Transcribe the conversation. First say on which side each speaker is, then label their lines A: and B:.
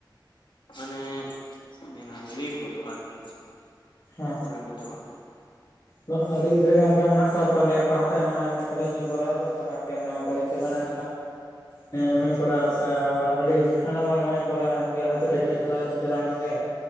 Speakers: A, on the left (about 70°); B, on the left (about 50°).
A: ᱢᱟᱱᱮ ᱢᱮᱱᱟ ᱞᱤᱴ ᱜᱚᱫᱚᱜᱼᱟ ᱟᱨ ᱠᱤ
B: ᱦᱮᱸ
A: ᱯᱚᱨᱮ ᱜᱚᱫᱚᱜᱼᱟ᱾
B: ᱵᱟᱠᱷᱟᱱ ᱟᱹᱰᱤ ᱜᱤᱫᱽᱨᱟᱹ ᱜᱮ ᱚᱱᱠᱟ ᱢᱮᱱᱟᱜ ᱠᱚᱣᱟ ᱛᱚ ᱱᱤᱭᱟᱹ ᱠᱚ ᱦᱟᱯᱮ ᱱᱚᱜᱼᱚᱭ ᱠᱚᱞᱮᱡᱽ ᱤᱧ ᱠᱚᱨᱟᱣᱫᱟ ᱛᱟᱦᱮ ᱦᱟᱯᱮ ᱚᱱᱟ ᱠᱚᱞᱮᱡᱽ ᱪᱟᱵᱟᱞᱮᱱ <unintelligible> ᱠᱚᱨᱟᱣ <unintelligible> ᱟᱵᱟᱨ ᱟᱹᱰᱤ ᱦᱟᱱᱟ ᱟᱵᱟᱨ ᱱᱚᱣᱟᱧ ᱠᱚᱨᱟᱣ ᱴᱮᱠᱱᱤᱠᱮᱞ ᱞᱟᱭᱤᱱᱧ ᱪᱟᱞᱟᱣ ᱮᱱᱟᱝ ᱜᱮ